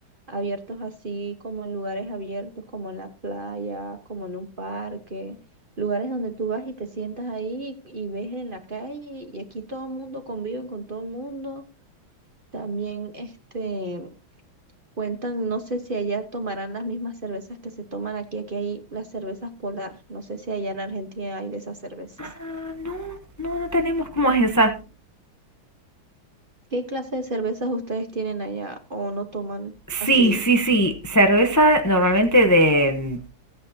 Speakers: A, on the right; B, on the left.
A: Abiertos así como en lugares abiertos, como en la playa, como en un parque, lugares donde tú vas y te sientas ahí y ves en la calle y aquí todo el mundo convive con todo el mundo. También este cuentan, no sé si allá tomarán las mismas cervezas que se toman aquí, aquí hay las cervezas Polar, no sé si allá en Argentina hay de esa cerveza.
B: Ah, no, no, no tenemos. ¿Cómo es esa?
A: ¿Qué clase de cervezas ustedes tienen allá o no toman
B: Sí,
A: así?
B: sí, sí. Cerveza normalmente de